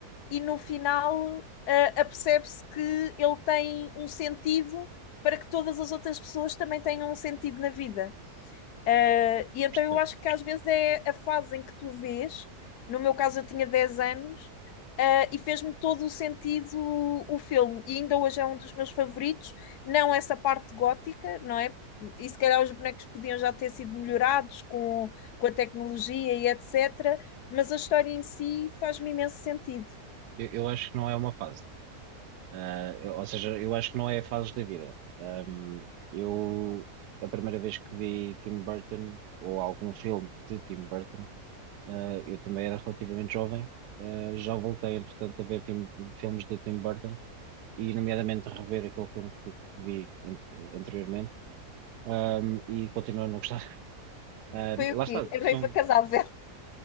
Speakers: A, on the left; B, on the right.
A: e no final, ah, apercebe-se que ele tem um sentido para que todas as outras pessoas também tenham um sentido na vida. Ah, e então
B: percebo.
A: eu acho que às vezes é a fase em que tu vês, no meu caso eu tinha 10 anos, ah, e fez-me todo o sentido o, o filme, e ainda hoje é um dos meus favoritos, não essa parte gótica, não é? E se calhar os bonecos podiam já ter sido melhorados com, com a tecnologia e etc., mas a história em si faz-me imenso sentido.
B: Eu, eu acho que não é uma fase. Ah, eu- ou seja, eu acho que não é a fase da vida. Ahm, eu, a primeira vez que vi Tim Burton, ou algum filme de Tim Burton, ah, eu também era relativamente jovem. Ah, já voltei, entretanto, a ver Tim- filmes de Tim Burton, e nomeadamente rever aquele filme que vi ante- anteriormente. Ahm, e continuo a não gostar. <laughs> Ahm,
A: Foi
B: lá
A: o quê?
B: está,
A: A
B: são,
A: noiva casada, Vera.